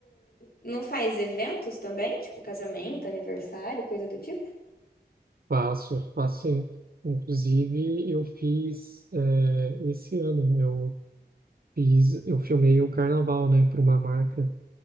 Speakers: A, on the left; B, on the right.
A: não faz eventos também? Tipo casamento, aniversário, coisa do tipo?
B: Faço, faço sim. Inclusive, eu fiz, é, esse ano, eu fiz, eu filmei o carnaval, né? Para uma marca